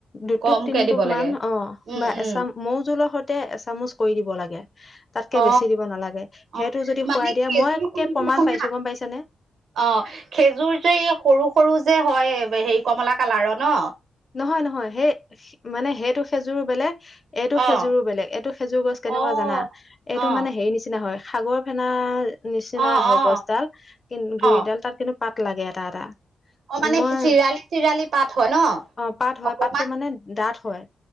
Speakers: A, on the left; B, on the right.
A: দুটোপ
B: কমকে
A: তিনটোপ
B: দিব লাগে
A: মান অ'
B: উম
A: বা
B: উম
A: এচাম মৌ জোলৰ সৈতে এচামুচ কৰি দিব লাগে। তাতকে
B: অ
A: বেছি দিব নালাগে।
B: অ
A: সেইটো যদি
B: মানে
A: খোৱাই দিয়া
B: খেজুৰ
A: মই একে
B: কোনটো
A: প্ৰমাণ
B: শুনা
A: পাইছোঁ, গম পাইছে নে!
B: অ', খেজুৰ যে এই সৰু সৰু যে হয় হেৰি কমলা কালাৰৰ ন?
A: নহয়, নহয় সেই মানে সেইটো খেজুৰো বেলেগ। এইটো
B: অ',
A: খেজুৰো বেলেগ, এইটো খেজুৰ গছ
B: অ',
A: কেনেকুৱা জানা?
B: অ',
A: এইটো মানে হেৰি নিচিনা হয় সাগৰ ফেনা নিচিনা
B: অ',
A: ধৰ
B: অ',
A: গছডাল কি
B: অ',
A: গুৰিডাল তাত কিন্তু পাত লাগে এটা এটা।
B: অ', মানে
A: মই
B: চিৰালি চিৰালি পাঠ হয় ন?
A: অ', পাত হয়।
B: অকমান
A: পাতটো মানে ডাঠ হয়